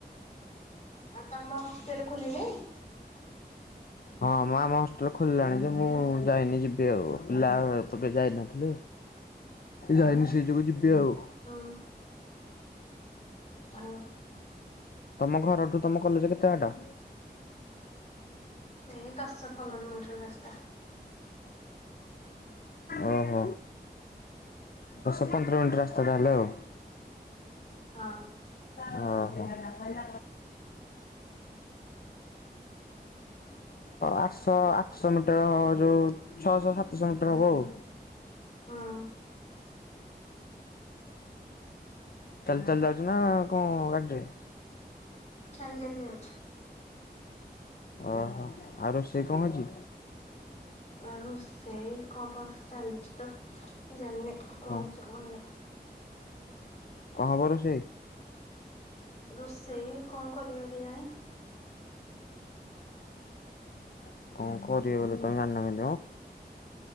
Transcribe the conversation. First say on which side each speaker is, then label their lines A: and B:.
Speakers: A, on the left; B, on the left.
A: ଆଉ ତମ ହଷ୍ଟେଲ୍ ଖୋଲିନେଇ?
B: ହଁ ମ ଆମ ହଷ୍ଟେଲ୍ ଖୋଲିଲାଣି ଯେ ମୁଁ ଯାଇନି ଯିବି ଆଉ ପିଲା ତ ବେ ଯାଇନଥିଲେ। ଯାଇନି ସେଇ ଯୋଗୁ ଯିବି ଆଉ।
A: ହଁ। ଆଅ
B: ତମ ଘରଠୁ ତମ କଲେଜେ କେତେ ବାଟ?
A: ଏ ଦଶ ପନ୍ଦର ମିଣ୍ଟିର ରାସ୍ତା।
B: ଅହ ଦଶ
A: ହୁଁ
B: ପନ୍ଦର ମିଣ୍ଟି ରାସ୍ ତା ତାହେଲେ ଆଉ।
A: ହଁ।
B: ଅଁ ହଁ। ପାଁଶ ଆଠଶ ଆଠଶ ମିଟର୍ ଯୋଉ ଛଅଶ ସାତଶ ମିଟର୍ ହବ ଆଉ।
A: ହଁ।
B: ଚାଲି ଚାଲି ଯାଉଚୁ ନାଁ କଁ ଗାଡ଼ିରେ?
A: ଚାଲି ଚାଲି ଯାଉଛି।
B: ଅହ ଆଉ ରୋଷେଇ କଁ ହେଇଚି?
A: ଆଉ ସେଇ କଁ ପଷ୍ ଚାଲିଚି ତ ଜାଣିନି କଁ
B: କଣ
A: ହେଇଚି ବନେ <unintelligible>
B: କଁ ହବ ରୋଷେଇ?
A: ରୋଷେଇ କଁ କରିବେ କେଜାଣି?
B: <inaudible> କଁ କରିବେ ବୋଲି ତମେ ଜାଣିନ କେମତି ମ?